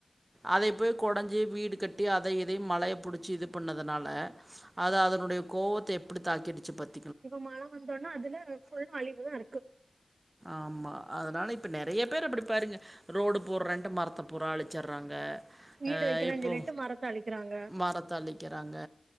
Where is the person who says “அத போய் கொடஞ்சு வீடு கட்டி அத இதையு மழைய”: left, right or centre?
Right